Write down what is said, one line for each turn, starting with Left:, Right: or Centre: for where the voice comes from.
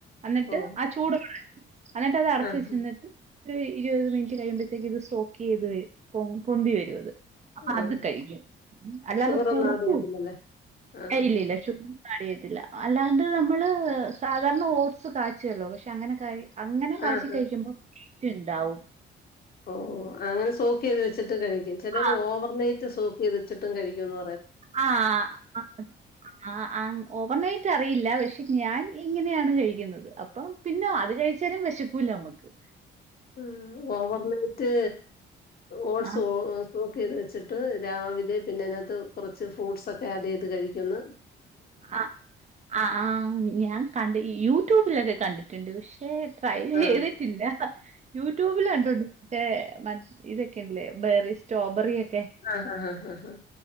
Right: എന്നട്ട്
Left: ഓ
Right: ആ ചൂട് എന്നട്ട് അത് അടച്ച്
Left: ആഹ്
Right: വെച്ച് നിന്നിട്ട് ഒര് ഇരുവത് മിനിറ്റ് കഴിയുമ്പഴത്തേക്ക് ഇത് സോക്ക് ചെയ്ത് വരും പൊങ്‌ പൊന്തി വരു അത് അപ്പ അത്
Left: ആഹ്
Right: കഴിക്കും അല്ലാതെ
Left: ഷുഗർ
Right: കുറുക്കു
Left: ഒന്നും അറിയത്തില്ലല്ലേ ആഹ്
Right: ഏയ് ഇല്ല ഇല്ല ശുഗർ ഒന്നു ആഡ് <inaudible> ഇല്ല അല്ലാണ്ട് നമ്മള് സാദാർണ ഓട്സ് കാച്ചുവല്ലോ പക്ഷെ അങ്ങനെ കാ അങ്ങനെ കാശി
Left: ആഹ്
Right: കഴിക്കുമ്പോ <inaudible> ഇണ്ടാവും
Left: ഓഹ് ഓഹ് അങ്ങനെ സോക്ക് ചെയ്ത് വെച്ചിട്ട് കഴിക്കും ചിലര്
Right: ആ
Left: ഓവർനൈറ്റ് സൊക്ക് ചെയ്തു വച്ചിട്ടും കഴിക്കും ഈ ഒന്ന്
Right: ആഹ് ആഹ് ഓവർനൈറ്റ് എനിക്കറിയില്ല പക്ഷെ ഞാൻ ഇങ്ങനെയാണ് കഴിക്കുന്നത് അപ്പം പിന്നെ അത് കഴിച്ചാലും വെശക്കൂല നമ്മക്ക്
Left: ഉഹ് ഓവർ നൈറ്റ് ഓട്സ്
Right: ആ
Left: ഒവ കോക്ക് ചെയ്ത് വെച്ചിട്ട് രാവിലെ പിന്നെ അതിനത്ത് കുറച്ച് ഫ്രൂട്ട്സ് ഒക്കെ ആഡ് ചെയ്ത് കഴിക്കുന്ന്
Right: ആഹ് ആഹ്ആആ ഞാൻ കണ്ട് <inaudible> യൂട്യൂബിലക്കെ കണ്ടിട്ടിണ്ട് പക്ഷെ ക്ഷെ ട്രൈ ചെയ്തിട്ടില്ല
Left: ആഹ്
Right: യൂട്യൂബിൽ കണ്ടിട്ടുണ്ട് <unintelligible> മറ്റ് ഇതൊക്കെല്ലേ ബെറി സ്ട്രോബെറി എക്
Left: ആഹാ ഹ ഹ ഹ ആ